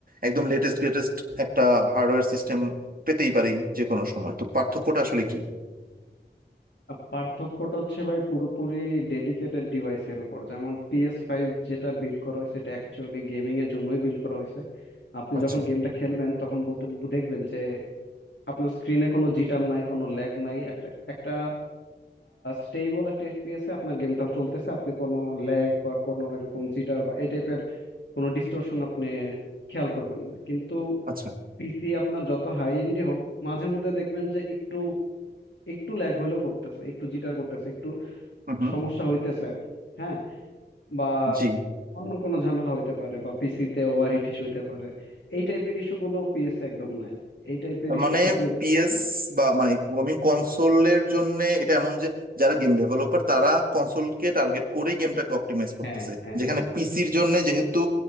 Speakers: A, on the right (about 50°); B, on the left (about 75°).
A: একদম লেটেস্ট গ্রেটেস্ট একটা হার্ডওয়্যার সিস্টেম পেতেই পারি যে কোনো সময় তো পার্থক্যটা আসলে কি
B: আর পার্থক্যটা হচ্ছে ভাই পুরোপুরি ডেডিকেটেড ডিভাইসের উপর যেমন পিএস ফাইভ যেটা বিল্ড করা হয়েছে এটা অ্যাকচুয়ালি গেমিং এর জন্যই বিল্ড করা হয়েছে আপনি
A: আচ্ছা
B: যখন গেমটা খেলবেন তখন বলতে দেখবেন যে আপনার স্ক্রিনে কোনো জিটার নাই কোনো ল্যাগ নাই একটা একটা স্টেবল একটা এফপিএস এ আপনার গেমটা চলতেছে আপনি কোনো ল্যাগ বা কোনো এরকম জিটার বা এই টাইপের কোনো ডিস্টরশন আপনি খেয়াল করবেন না কিন্তু
A: আচ্ছা
B: পিসি আপনার যত হাই এন্ডই হোক মাঝে মধ্যে দেখবেন যে একটু একটু ল্যাগ হইলেও করতেছে একটু জিটার করতেছে একটু
A: হুম হুম
B: সমস্যা হইতেছে হ্যাঁ বা
A: জি
B: অন্য কোনো ঝামেলা হইতে পারে বা পিসিতে ওভার হিট ইস্যু হইতে পারে এই টাইপের ইস্যুগুলো পিএসএ একদম নাই এই টাইপের
A: তার
B: ইস্যু
A: মানে
B: তো আপনি দেখবেন
A: পিএস বা মানে গেমিং কনসোলের জন্য এটা এমন যে যারা গেম ডেভেলপার তারা কনসোলকে টার্গেট করেই গেমটাকে অপটিমাইজ করতেছে
B: হ্যাঁ হ্যাঁ
A: যেখানে পিসির জন্য যেহেতু